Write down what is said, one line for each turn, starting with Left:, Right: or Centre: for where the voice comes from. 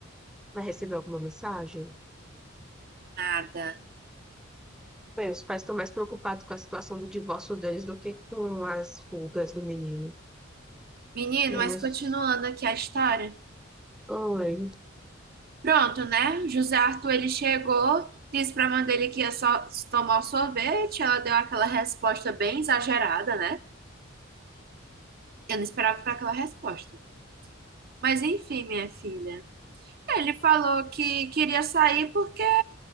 Centre: Vai receber alguma mensagem?
Right: Nada.
Centre: Bem, os pais estão mais preocupados com a situação do divórcio deles do que com as fugas do menino.
Right: Menino,
Centre: Menos.
Right: mas continuando aqui a história.
Centre: Oi.
Right: Pronto, né? José Arthur, ele chegou, disse pra mãe dele que ia só tomar o sorvete. Ela deu aquela resposta bem exagerada, né? Eu não esperava por aquela resposta. Mas enfim, minha filha. Ele falou que queria sair porque